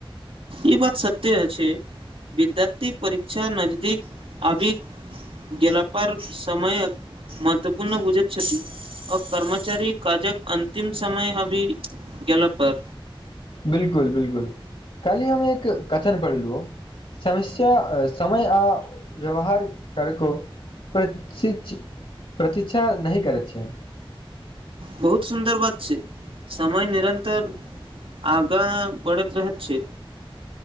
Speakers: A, on the right; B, on the left.
A: ई बात सत्य छैय विद्यार्थी परीक्षा नजदीक आबि गेल पर समयक महत्वपूर्ण बूझैत छथि आ कर्मचारी काजक अन्तिम समय आबि गेला पर।
B: बिलकुल- बिलकुल। काल्हिी हम एक कथन पढ़लहुँ समस्या समय आ व्यवहार करको प्रशिक्ष प्रतीक्षा नहि करैत छियै।
A: बहुत सुन्दर बात छै समय निरन्तर आगाँ बढ़ैत रहैत छै।